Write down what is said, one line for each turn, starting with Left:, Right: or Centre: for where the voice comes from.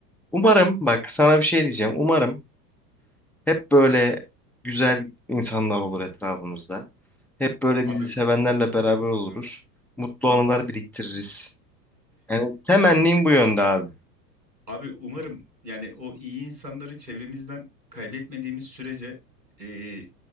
Centre: Umarım bak
Right: A-
Centre: sana bir şey diyeceğim. Umarım hep böyle güzel insanlar olur etrafımızda. Hep böyle
Right: Abi
Centre: bizi sevenlerle beraber oluruz.
Right: <laughs>
Centre: Mutlu anılar biriktiririz. Yani temennim bu yönde abi.
Right: Abi umarım yani o iyi insanları çevremizden kaybetmediğimiz sürece e,